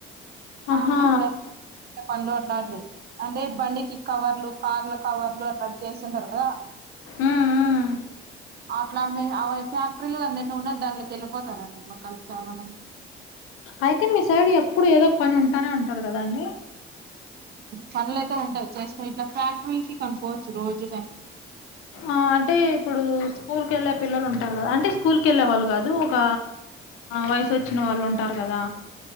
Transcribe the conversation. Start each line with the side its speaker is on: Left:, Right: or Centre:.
Left: ఆహా
Right: గార్మెంట్స్ లో <unintelligible> అట్లాంటివి అంటే బండికి కవర్లు కార్ల కవర్లు <unintelligible> చేస్తుంటారు కదా
Left: ఉమ్ ఉమ్
Right: అట్లా అ ఫ్యాక్టరీలో అందరినీ ఉన్న దానిలోకి వెళ్ళిపోతారండి మాక్కలు చాలా మంది
Left: అయితే మీ సైడ్ ఎప్పుడు ఏదో ఒక పని ఉంటానే ఉంటది కదా అండి
Right: పనులు అయితే ఉంటాయి <unintelligible> ఇట్లా ఫ్యాక్టరీకి కనుక్కవచ్చు రోజుగాని
Left: ఆ అంటే ఇప్పుడు స్కూల్ కెళ్ళే పిల్లలు ఉంటారు కదా అంటే స్కూల్ వెళ్ళే వాళ్ళు కాదు ఒక వయసు వచ్చిన వాళ్ళు ఉంటారు కదా